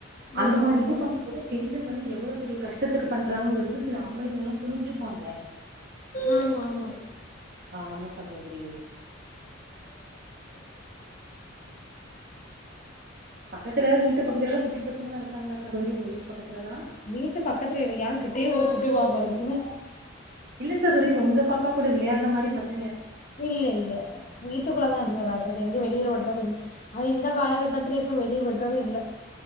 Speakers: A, on the right; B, on the left.
A: அந்த
B: ஆமா
A: மாரி
B: ஆமா
A: இது பண்ணும்போது பெண்கள் வந்து எவ்ளோ பெரிய கஷ்டத்துக்கு பண்றாங்கங்றது சில ஆ ண்கள்லா புரிஞ்சுப்பாங்க
B: ஆமா ஆமா
A: ஆமா சகோதரி பக்கத்துலல்லா வீட்டு பக்கத்துலல்லா குட்டி பசங்களல்லா இருக்காங்களா சகோதரி உங்க வீட்டு பக்கத்துலல்லா
B: வீட்டு பக்கத்துல இல்ல ஏங் கிட்டயே ஒரு குட்டி பாப்பா இருக்குது
A: இல்ல சாகோதரி உங்க பாப்பா கூட விளையாட்ற மாரி பசங்
B: இல்ல இல்ல வீட்டுக்குள்ளதா இருந்து விளாட்றது எங்க வெளிய விட்றது இல்ல அது இந்த காலகட்டத்துல இப்ப வெளிய விட்றது இல்ல